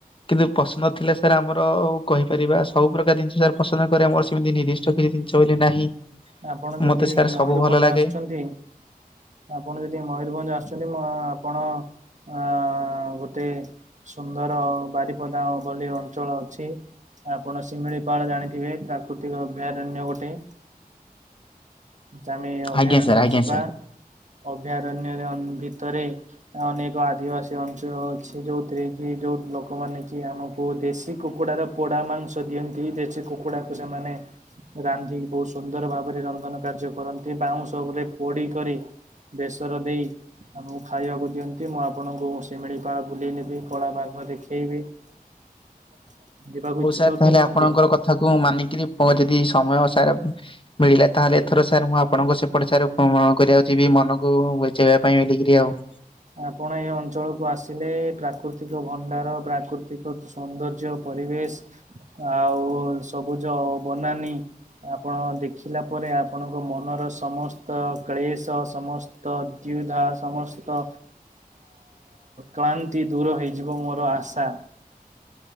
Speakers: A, on the left (about 35°); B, on the right (about 50°).
A: କିନ୍ତୁ ପସନ୍ଦ ଥିଲା ସାର୍ ଆମର କହିପାରିବା। ସବୁ ପ୍ରକାର ଜିନିଷ ସାର୍ ପସନ୍ଦ କରେ ଆମର ସେମିତି ନିର୍ଦ୍ଧିଷ୍ଟ କିଛି ଜିନିଷ ବୋଲି ନାହିଁ।
B: ଆପଣ ଯଦି
A: ମତେ ସାର୍ ସବୁ
B: ମୟୁରଭଞ୍ଜ
A: ଭଲ ଲାଗେ
B: ଆସୁଛନ୍ତି ଆପଣ ଯଦି ମୟୂରଭଞ୍ଜ ଆସୁଛନ୍ତି ମ ଆପଣ ଅ ଗୋଟେ ସୁନ୍ଦର ବାରିପଦା ବୋଲି ଅଞ୍ଚଳ ଅଛି। ଆପଣ ଶିମିଳିପାଳ ଜାଣିଥିବେ, ପ୍ରାକୃତିକ ଅଭୟାରଣ୍ୟ ଗୋଟେ। ତ ଆମେ ଅଭୟାରଣ୍ୟ
A: ଆଜ୍ଞା ସାର୍ ଆଜ୍ଞା
B: ଯିବା
A: ସାର୍।
B: ଅଭୟାରଣ୍ୟରେ ଭିତରେ ଅନେକ ଆଦିବାସୀ ଅଞ୍ଚଳ ଅଛି ଯୋଉଥିରେ କି ଯୋଉ ଲୋକମାନେ କି ଆମକୁ ଦେଶୀ କୁକୁଡାର ପୋଡା ମାଂସ ଦିଅନ୍ତି। ଦେଶୀ କୁକୁଡାକୁ ସେମାନେ ରାନ୍ଧିକି ବହୁତ ସୁନ୍ଦର ସୁନ୍ଦର ଭାବରେ ରନ୍ଧନ କାର୍ଯ୍ୟ କରନ୍ତି, ବାଉଁଶ ଉପରେ ପୋଡି କରି ବେସର ଦେଇ। ଆମକୁ ଖାଇବାକୁ ଦିଅନ୍ତି। ମୁଁ ଆପଣଙ୍କୁ ଶିମିଳିପାଳ ବୁଲେଇ ନେବି, କଳା ବାଘ ଦେଖେଇବି। <unintelligible> ଯିବାକୁ
A: ହଉ
B: ଇଚ୍ଛୁକ
A: ସାର୍ ତାହେଲେ
B: କି ନୁହନ୍ତି?
A: ଆପଣଙ୍କର କଥାକୁ ମାନିକିରି ପଞ୍ଚିବି ଯଦି ସମୟ ସାର୍। ମିଳିଲା ତାହେଲେ ଏଥର ସାର୍ ମୁଁ ଆପଣଙ୍କ ସେପଟେ ସାର କରିବାକୁ ଜିବି ମନକୁ। ଯବା ପାଇଁ ବଲିକିରି ଆଉ।
B: ଆପଣ ଏଇ ଅଞ୍ଚଳକୁ ଆସିଲେ, ପ୍ରାକୃତିକ ଭଣ୍ଡାର, ପ୍ରାକୃତିକ ସୌନ୍ଦର୍ଯ୍ୟ। ପରିବେଶ ଆଉ ସବୁଜ ବନାନୀ। ଆପଣ ଦେଖିଲା ପରେ ଆପଣଙ୍କ ମନର ସମସ୍ତ କ୍ଳେଶ ସମସ୍ତ। ତ ଦୁଧ୍ୟା ସ। ସମସ୍ତ କ୍ଳାନ୍ତି ଦୁର ହେଇଯିବ ମୋର ଆଶା।